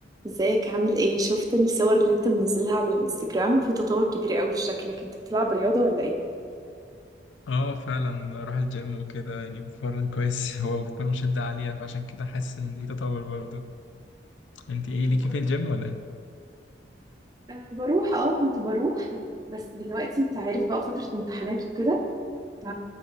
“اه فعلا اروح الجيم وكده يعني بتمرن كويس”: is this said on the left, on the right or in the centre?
Left